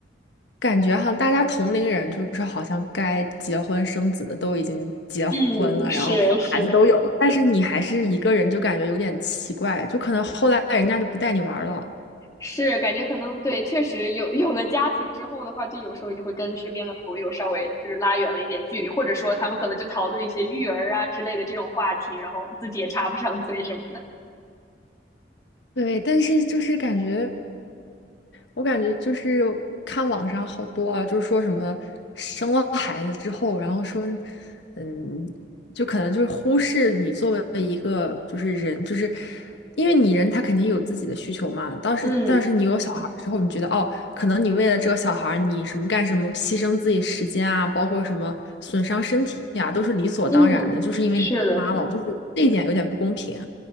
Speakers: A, on the left; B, on the left.
A: 感觉哈，大家同龄人就是好像该结婚生子的都已经结婚了，
B: 嗯，是是
A: 然后生，但是你还是一个人，就感觉有点奇怪，就可能后来人家就不带你玩儿了。
B: 是，感觉可能对，确实有 <laughs> 有了家庭之后的话，就有时候也会跟身边的朋友稍微就是拉远了一点距离，或者说他们可能就讨论一些育儿啊之类的这种话题，然后自己也插不上嘴什么的。
A: 对，但是就是感觉。我感觉就是看网上好多啊，就是说什么生了孩子之后，然后说，嗯，就可能就是忽视你作为一个就是人，就是因为你人他肯定有自己的需求嘛。当时但是你有小孩儿之后，
B: 嗯
A: 你觉得哦，可能你为了这个小孩儿你什么干什么，牺牲自己时间啊，包括什么损伤身体啊，都是理所当然的，
B: 嗯，
A: 就是因为你当妈了。
B: 是的，是的。
A: 我就觉得这一点有点不公平。